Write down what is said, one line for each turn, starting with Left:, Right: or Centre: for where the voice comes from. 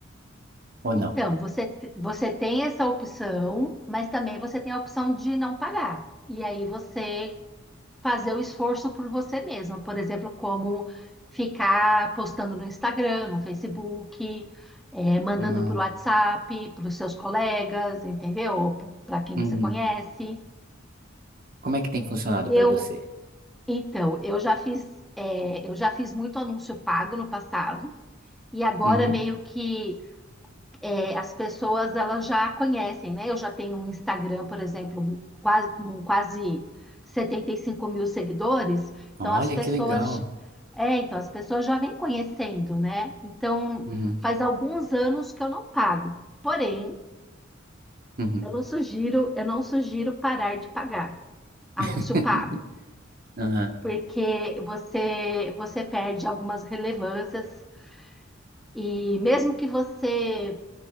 Right: Ou
Centre: Então,
Right: não?
Centre: você, te- você tem essa opção, mas também você tem a opção de não pagar. E aí você fazer o esforço por você mesmo. Por exemplo, como ficar postando no Instagram, no Facebook, é, mandando
Right: Ah,
Centre: por WhatsApp, para os seus colegas, entendeu? Para quem
Right: uhum.
Centre: você conhece.
Right: Como é que tem funcionado
Centre: Eu,
Right: para você?
Centre: então, eu já fiz, é, eu já fiz muito anúncio pago no passado. E agora
Right: Uhum.
Centre: meio que é, as pessoas elas já conhecem, né? Eu já tenho um Instagram, por exemplo, quase, com quase 75 mil seguidores,
Right: Olha
Centre: então as pessoas
Right: que legal.
Centre: é, então as pessoas já vêm conhecendo, né? Então
Right: Uhum,
Centre: faz alguns anos que eu não pago. Porém,
Right: uhum,
Centre: eu não sugiro, eu não sugiro parar de pagar anúncio
Right: <laughs>
Centre: pago,
Right: aham,
Centre: porque você você perde algumas relevâncias e mesmo que você